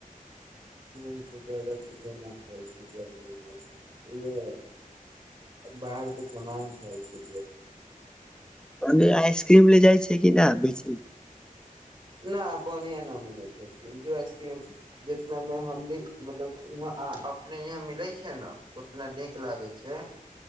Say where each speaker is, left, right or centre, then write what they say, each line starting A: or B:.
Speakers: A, on the right (about 35°); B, in the centre.
A: ह तऽ जदाा किछ नहि खाइ छी गर्मीमे उह बाहरके सामान खाइ छी
B: ओने आइसक्रीम ले जाइ छैय कि नहि बेच ले
A: न बढ़आं न मिलै छैय आसक्रीम जो आइसक्रीम जितना मे हम मतलब अपने यहाँ मिलै छैय ने उतना नीक लागै छैय